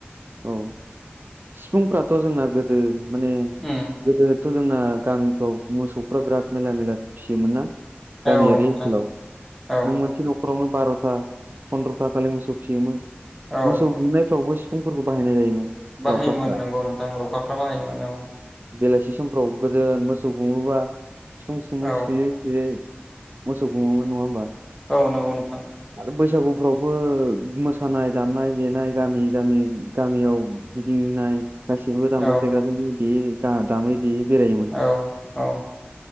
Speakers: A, on the right (about 55°); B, in the centre.
A: औ । सिफुंफ्राथ' जोंना ओ माने
B: उम
A: गोदो थ' जोंना गामिफ्राव मोसौफ्रा बिराद मेरला मेरला फिसियोमोन ना गामियारि
B: औ नोंथां
A: ओनसोलाव
B: औ
A: नों मोनसे न'खरावनो बार'था फन्द्रथा खालि मोसौ फियोमोन
B: औ
A: मोसौ गुमनायफ्रावबो फुंफोरखौ बाहायनाय जायोमोन
B: बाहायोमोन
A: लावखारफ्रा
B: नोंगौ नोंथां लावखारफ्रा बाहायोमोन औ
A: बेलासि समफ्राव गोदो मोसौ गुमोबा सम समङै
B: औ
A: सुयै सुयै मोसौ गुङोमोन नङा होमबा
B: औ नंगौ नोंथां
A: आरो बैसागुफ्रावबो मोसानाय दामनाय देनाय गामि गामि गामियाव गिदिंनाय गसिबो दामग्रा
B: औ
A: देग्राजो लो गे दा दामै देयै बेरायोमोन
B: औ औ